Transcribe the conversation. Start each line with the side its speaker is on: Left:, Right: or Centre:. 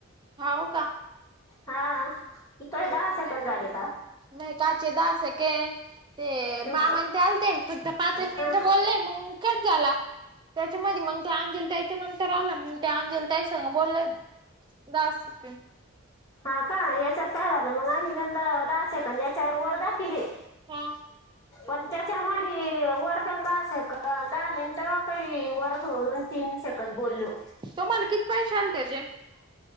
Right: हो का
Left: हा तोय दहा अस पंदले
Right: नाही काचे दहा सेकेंड ते
Left: हं,
Right: मामाण ते आलते फक्त पाच एक मिनिटं
Left: हं.
Right: बोललेय मग झाला त्याच्यामध्ये मग ते अंजल त्या त्याच्या नंतर आलं मग त्या अंजल त्या सग बोलले दके
Left: हा का याच्यात काय झालं मग आम्ही गंद दहा सेकंद याच्यावर वर दा केली
Right: हा
Left: पण त्याच्यामध्ये वरगंदा अस आहे का दहा मिनटं काही वरदून तीन सेकंद बोललो
Right: तुम्हाला किती पैसे आले त्याचे